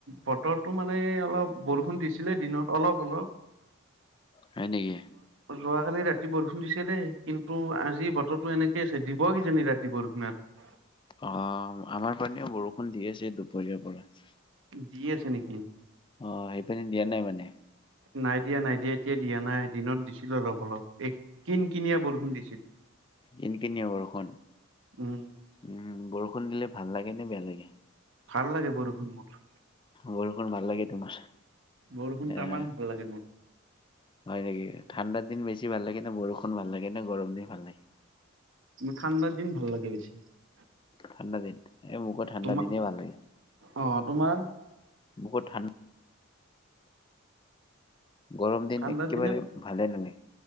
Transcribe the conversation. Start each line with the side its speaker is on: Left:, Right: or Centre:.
Right: বতৰটো মানে অলপ বৰষুণ দিছে দিনত অলপ অলপ
Left: হয় নেকি?
Right: যোৱা কালি ৰাতি বৰষুণ দিছে দেই, কিন্তু আজি বতৰটো এনেকে আছে দিব কিজানি ৰাতি বৰষুণ আত
Left: অ আমাৰ পানেও বৰষুণ দিয়ে আছে দো <unintelligible>
Right: দি আছে নেকি?
Left: অ সেপেনে দিয়া নাই মানে।
Right: নাই দিয়া নাই দিয়া এতিয়া দিয়া নাই দিনত দিছিলো অলপ অলপ এক কিন কিনিয়া বৰষুণ দিছিল।
Left: কিন কিনিয়া বৰষুণ
Right: উম
Left: উ বৰষু ষুণ দিলে ভাল লাগে নে বেয়া লাগে?
Right: ভাল লাগে বৰষুণ মোৰ।
Left: বৰষুণ ভাল লাগে তোমাৰ।
Right: বৰষুণ
Left: এ
Right: তামান ভাল লাগে মোৰ।
Left: হয় নেকি ঠাণ্ডা দিন বেছি ভাল লাগে নে বৰষুণ ভাল লাগে নে গৰম দিন ভাল লাগে?
Right: ঠাণ্ডাৰ দিন <unintelligible>
Left: ঠাণ্ডা দিন এই মোকো ঠাণ্ডা
Right: তোমাৰ
Left: দিনে ভাল লাগে।
Right: অ তোমাৰ
Left: মোক ঠাণ্ড গৰম দিন
Right: ঠাণ্ডাৰ
Left: একেবাৰে
Right: দিনে
Left: ভালে নালাই